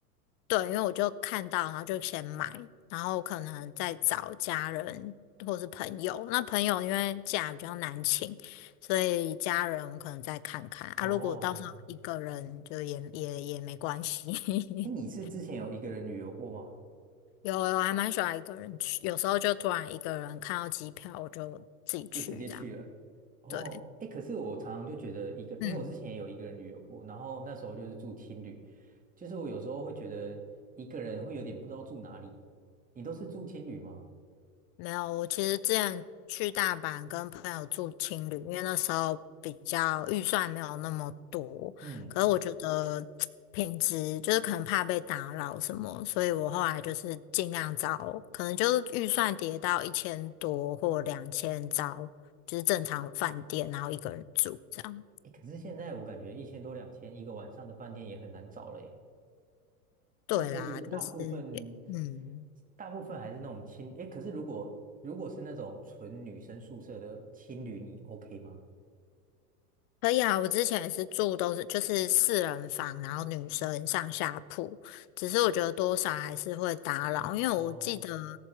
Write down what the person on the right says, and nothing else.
哦，
哎，你是之前有一个人旅游过吗？
就直接去了。哦，
哎，可是我常常就觉得一个，因为我之前也有一个人旅游过，
然后那时候就是住青旅，就是我有时候会觉得一个人会有点不知道住哪里。你都是住青旅吗？
嗯，
哎，可是现在我感觉一千多两千一个晚上的饭店也很难找了耶，诶
就是大部分
大部分还是那种青，哎，可是如果如果是那种纯女生宿舍的青旅，你 OK 吗？
哦，